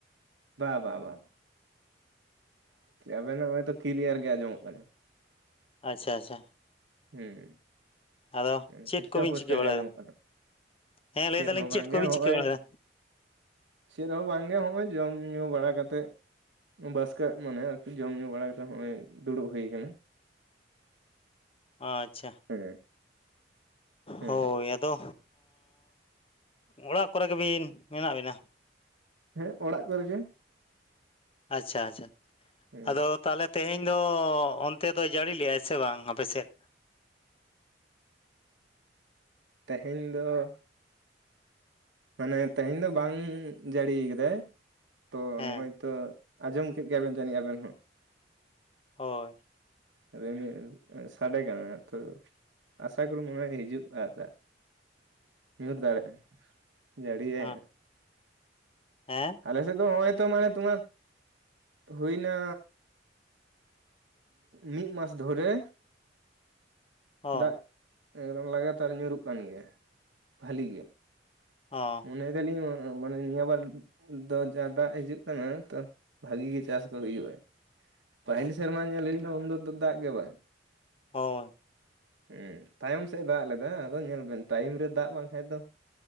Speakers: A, on the right; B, on the left.
A: ᱵᱟ ᱵᱟ ᱵᱟ ᱟᱵᱮᱱᱟᱜ ᱱᱚᱜᱼᱚᱭ ᱛᱳ ᱠᱞᱤᱭᱟᱨ ᱜᱮ ᱟᱸᱡᱚᱢᱚᱜ ᱠᱟᱱᱟ
B: ᱟᱪᱪᱷᱟ ᱟᱪᱪᱷᱟ
A: ᱦᱩᱸ
B: ᱟᱫᱚ ᱪᱮᱫ
A: ᱯᱩᱥᱴᱟ
B: ᱠᱚᱵᱤᱱ
A: ᱯᱩᱥᱴᱟ
B: ᱪᱤᱠᱟᱹ ᱵᱟᱲᱟᱭᱮᱫᱟ
A: ᱜᱮ ᱟᱸᱡᱚᱢᱚᱜ ᱠᱟᱱᱟ
B: ᱦᱮᱸ ᱞᱟᱹᱭ
A: ᱪᱮᱫ
B: ᱫᱟᱞᱤᱧ
A: ᱦᱚᱸ ᱵᱟᱝ ᱜᱮ
B: ᱠᱚᱵᱤᱱ
A: ᱦᱚᱸᱜᱼᱚᱭ
B: ᱪᱤᱠᱟᱹ ᱵᱟᱲᱟᱭᱮᱫᱟ
A: ᱪᱮᱫ ᱦᱚᱸ ᱵᱟᱝᱜᱮ ᱦᱚᱸᱜᱼᱚᱭ ᱡᱚᱢ ᱧᱩ ᱵᱟᱲᱟ ᱠᱟᱛᱮᱫ ᱵᱟᱥᱠᱟᱜ ᱢᱟᱱᱮ ᱟᱨᱠᱤ ᱡᱚᱢ ᱧᱩ ᱵᱟᱲᱟ ᱠᱟᱛᱮᱫ ᱦᱚᱸᱜᱼᱚᱭ ᱫᱩᱲᱩᱵ ᱦᱩᱭ ᱟᱠᱟᱱᱟ
B: ᱟᱪᱪᱷᱟ
A: ᱦᱮᱸ ᱦᱮᱸ
B: ᱦᱳᱭ ᱟᱫᱚ ᱚᱲᱟᱜ ᱠᱚᱨᱮ ᱜᱮᱵᱤᱱ ᱢᱮᱱᱟᱜ ᱵᱤᱱᱟ
A: ᱦᱮᱸ ᱚᱲᱟᱜ ᱠᱚᱨᱮᱜ ᱜᱮ
B: ᱟᱪᱪᱷᱟ ᱟᱪᱪᱷᱟ
A: ᱦᱮᱸ
B: ᱟᱫᱚ ᱛᱟᱦᱚᱞᱮ ᱛᱮᱦᱮᱧ ᱫᱚ ᱚᱱᱛᱮ ᱫᱚ ᱡᱟᱹᱲᱤ ᱞᱮᱫᱼᱟᱭ ᱥᱮ ᱵᱟᱝ ᱟᱯᱮᱥᱮᱫ
A: ᱛᱮᱦᱮᱧ ᱫᱚ ᱢᱟᱱᱮ ᱛᱮᱦᱮᱧ ᱫᱚ ᱵᱟᱝ ᱡᱟᱹᱲᱤ ᱠᱟᱫᱟᱭ ᱛᱚ
B: ᱦᱮᱸ
A: ᱱᱚᱜᱼᱚᱭ ᱛᱚ ᱟᱸᱡᱚᱢ ᱠᱮᱫ ᱜᱮᱭᱟᱵᱮᱱ ᱡᱟᱹᱱᱤᱡ ᱟᱵᱮᱱ ᱦᱚᱸ
B: ᱦᱳᱭ
A: ᱨᱤᱢᱤᱞ ᱥᱟᱰᱮ ᱠᱟᱱᱟ ᱱᱤᱛᱚᱜ ᱟᱥᱟ ᱠᱚᱨᱮ ᱢᱚᱱᱮᱦᱚᱭ ᱦᱤᱡᱩᱜᱼᱟ ᱫᱟᱜ ᱧᱩᱨ ᱫᱟᱲᱮᱜᱼᱟ ᱡᱟᱹᱲᱤᱭᱟᱭ
B: ᱦᱮᱸ
A: ᱦᱟᱸᱜ
B: ᱦᱮᱸ
A: ᱟᱞᱮᱥᱮᱫ ᱫᱚ ᱦᱚᱸᱜᱼᱚᱭ ᱛᱚ ᱢᱟᱱᱮ ᱛᱳᱢᱟᱨ ᱦᱩᱭᱱᱟ ᱢᱤᱜ ᱢᱟᱥ ᱫᱷᱚᱨᱮ
B: ᱦᱳᱭ
A: ᱫᱟᱜ ᱮᱠᱫᱚᱢ ᱞᱟᱜᱟᱛᱟᱨ ᱧᱩᱨᱩᱜ ᱠᱟᱱ ᱜᱮᱭᱟ ᱵᱷᱟᱹᱞᱤ ᱜᱮ
B: ᱚ
A: ᱞᱟᱹᱭ ᱫᱟᱞᱤᱧ ᱢᱟᱱᱮ ᱱᱤᱭᱟᱹ ᱵᱟᱨ ᱫᱚ ᱡᱟ ᱫᱟᱜ ᱦᱤᱡᱩᱜ ᱠᱟᱱᱟ ᱛᱚ ᱵᱷᱟᱹᱜᱤ ᱜᱮ ᱪᱟᱥ ᱠᱚ ᱦᱩᱭᱩᱜᱼᱟ ᱯᱟᱦᱞᱤ ᱥᱮᱨᱢᱟ ᱧᱮᱞ ᱦᱩᱭᱱᱟ ᱩᱱ ᱫᱚ ᱛᱚ ᱫᱟᱜ ᱜᱮ ᱵᱟᱝ
B: ᱦᱚᱭ
A: ᱦᱮᱸ ᱛᱟᱭᱚᱢ ᱥᱮᱫ ᱮ ᱫᱟᱜ ᱞᱮᱫᱟ ᱟᱫᱚ ᱧᱮᱞ ᱵᱮᱱ ᱴᱟᱭᱤᱢ ᱨᱮ ᱫᱟᱜ ᱵᱟᱝᱠᱷᱟᱡ ᱫᱚ